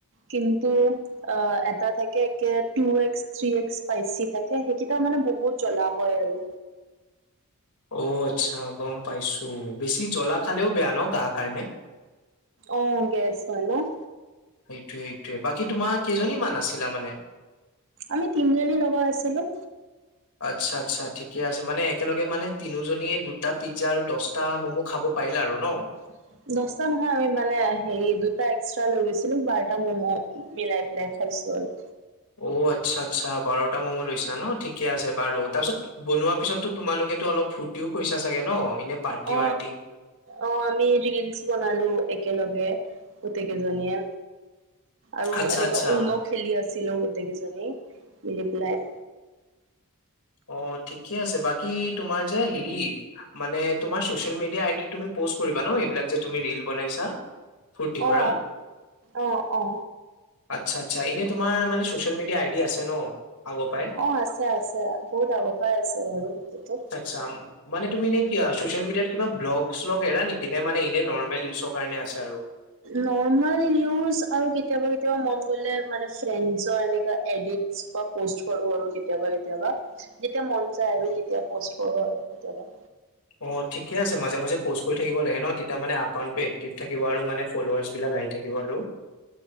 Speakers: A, on the right (about 60°); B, on the left (about 85°).
A: কিন্তু অহ, এটা থাকে একে two x, three x spicy থাকে সেইকেইটা মানে বহুত জ্বলা হয় আৰু।
B: অ' আচ্ছা! গম পাইছোঁ। বেছি জ্বলা খালেও বেয়া ন'! গা কাৰণে?
A: অ'! গেছ হয় ন'?
B: সেইটোৱে, সেইটোৱে! বাকী, তোমাৰ কেইজনী মান আছিলা মানে?
A: আমি তিনিজনী লগৰ আছিলোঁ।
B: আচ্ছা- আচ্ছা ঠিকে আছে মানে একেলগে মানে তিনুজনিয়ে দুটা পিজ্জা আৰু দচটা ম'ম' খাব পাৰিলা আৰু ন?
A: <inaudible> দচতা নহয় আৰু এইমানে হেৰি দুটা এক্সট্ৰা লৈ গৈছিলোঁ বাৰটা মম' মিলাই পেলাই খাইছো আৰু।
B: অ'! আচ্ছা, আচ্ছা! বাৰটা ম'ম' লৈছা ন'? ঠিকে আছে বাৰু। তাৰপিছত, বনোৱাৰ পিছততো, তোমালোকেতো অলপ ফূৰ্তিও কৰিছা চাগে ন'! এনে পাৰ্টি
A: অ
B: -ৱাৰ্টি?
A: অ'! আমি ৰিলচ বনালোঁ একেলগে। গোটেই কেইজনীয়ে আৰু
B: আচ্ছা,
A: এনেকুৱা
B: আচ্ছা।
A: <unintelligible> খেলি আছিলোঁ। গোটকেইজনী মিলি পেলাই
B: অ'! ঠিকে আছে। বাকী, তোমাৰ যে হেৰি, মানে, তোমাৰ চচিয়েল মিডিয়া আইডিত তুমি পষ্ট কৰিবা ন'? এইবিলাক যে তুমি ৰিলছ বনাইছা? ফূৰ্তি কৰা।
A: অ অ অ
B: আচ্ছা, আচ্ছা! এনেই তোমাৰ মানে, চচিয়েল মিডিয়া আই ডি আছে ন' আগৰ পৰাই?
A: অ'! আছে, আছে। বহুত আগৰ পৰাই আছে বাৰু সেইটোতো।
B: চাম। মানে, তুমি চচিয়েল মিডিয়াত, কিবা ব্লগ- চলগ এৰা নেকি? নে মানে, এনে নৰ্মেল <unintelligible> কাৰণে আছে আৰু।
A: নৰ্মেল নিউজ আৰু কেতিয়াবা -কেতিয়াবা মন গ'লে, মানে, ফ্ৰেণ্ডছৰ এনেকুৱা এডিট <unintelligible> পষ্ট কৰোঁ আৰু কেতিয়াবা- কেতিয়াবা। যেতিয়া, মন যায় আৰু তেতিয়া পষ্ট কৰোঁ আৰু কেতিয়াবা।
B: অ'! ঠিকে আছে। মাজে- মাজে প'ষ্ট কৰি থাকিব লাগে ন'? তেতিয়া মানে, একাউণ্টটো এক্টিভ থাকিব আৰু মানে ফ'ল'ৱাৰ্চ বিলাক আহি থাকিব আৰু।